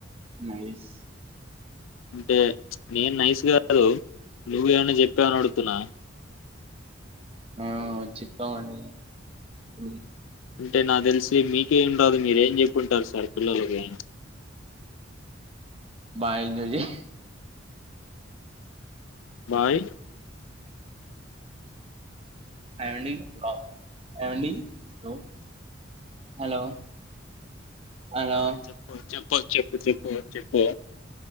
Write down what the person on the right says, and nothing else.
నైస్
ఆ చప్పామండీ <unintelligible>
బాయ్ జూలీ
ఐవడింగ్ రా ఐవడింగ్ బ్రో హలో హలో